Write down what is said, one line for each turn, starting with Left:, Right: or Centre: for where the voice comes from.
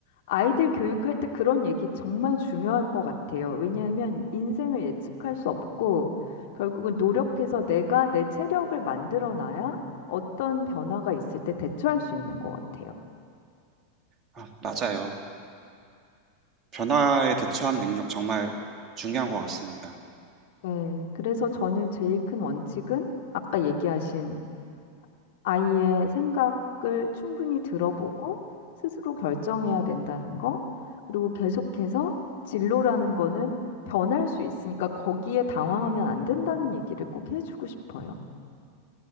Left: 아이들 교육할 때 그런 얘기 정말 중요할 것 같아요. 왜냐하면 인생을 예측할 수 없고, 결국은 노력해서 내가 내 체력을 만들어 놔야 어떤 변화가 있을 때 대처할 수 있는 것 같아요.
Right: 아, 맞아요. 변화에 대처한 능력 정말 중요한 것 같습니다.
Left: 네. 그래서 저는 제일 큰 원칙은 아까 얘기하신 아이의 생각을 충분히 들어보고 스스로 결정해야 된다는 거. 그리고 계속해서 진로라는 거는 변할 수 있으니까 거기에 당황하면 안 된다는 얘기를 꼭 해주고 싶어요.